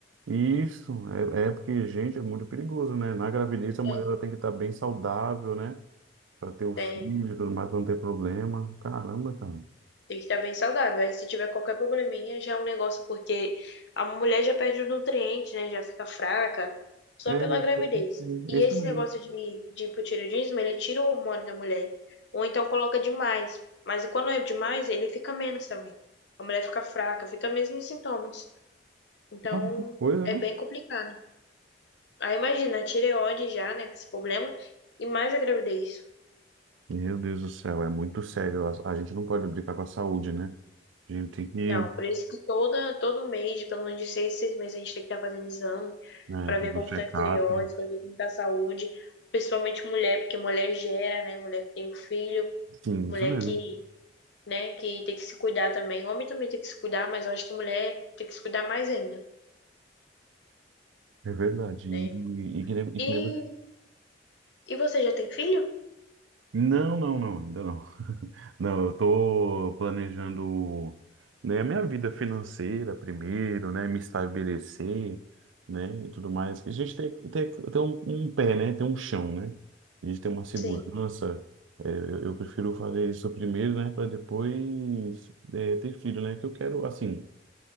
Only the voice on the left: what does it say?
É,
Tem
Tem que estar bem saudável. Aí se tiver qualquer probleminha, já é um negócio, porque a mulher já perde os nutrientes, né? Já fica fraca só
pela
gravidez.
E
esse
negócio de, de hipotireoidismo, ele tira o hormônio da mulher. Ou então coloca demais. Mas quando é demais, ele fica menos também. A mulher fica fraca, fica mesmo os sintomas. Então,
é
bem complicado. Aí imagina, a tireoide já, né? Com esse problema, e mais a gravidez.
Não, por isso que toda, todo mês, pelo menos de seis, seis meses, a gente tem que estar fazendo exame
para
ver como
está a tireoide, para ver como está a saúde, principalmente mulher, porque mulher gera, né? Mulher que tem um filho,
mulher
que, né, que tem que se cuidar também. Homem também tem que se cuidar, mas eu acho que mulher tem que se cuidar mais ainda,
né?
E,
e você já tem filho?
Sim,